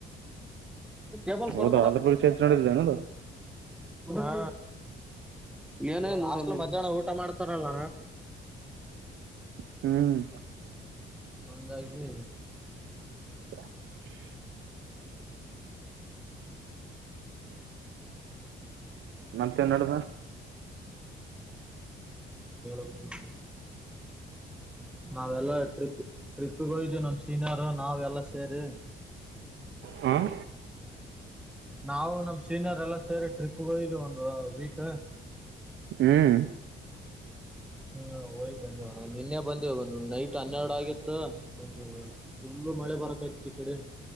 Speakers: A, in the centre; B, on the right.
A: ೇಬಲ್
B: ಹೌದಾ
A: ಕೊಡು
B: ಅದ್ರ ಬಗ್ಗೆ ಚರ್ಚೆ ನಡೆದಿದೆ ಏನದು
A: ಹ ಏನೋ.. ಹಾಸ್ಟೆಲ್ ಮಧ್ಯಾಹ್ನ ಊಟ ಮಾಡ್ತಾರಲ
B: ಹ್ಮ್
A: ಹಂಗಾಗಿ
B: <inaudible> ಮತ್ತೆನ್ನಡದ
A: ಹ್ಮ ನಾವೆಲ್ಲ ಟ್ರಿಪ್ ಟ್ರಿಪ್ಗೆ ಹೋಗ್ದವಿ ನಮ ಸೀನಿಯರ್ ನಾವ್ ಎಲ್ಲ ಸೇರಿ
B: ಹಾಂ
A: ನಾವು ನಮ್ ಸಿನೆರ್ ಎಲ್ಲ ಸೇರಿ ಟ್ರಿಪ್ಗ್ ಹೋಗಿದ್ವು ಒಂದು ವೀಕ
B: ಹ್ಮ್
A: ಹಾ ಹೊಯ ಬಂದ ನಿನ್ನೆ ಬಂದೆವು ಒ ನೈಟ್ ಹನ್ನೆರಡು ಆಗಿತ್ತ ಬಂದ ಫುಲ್ಲು ಮಳೆ ಬರಕ್ಯತ್ ಈ ಕಡೆ.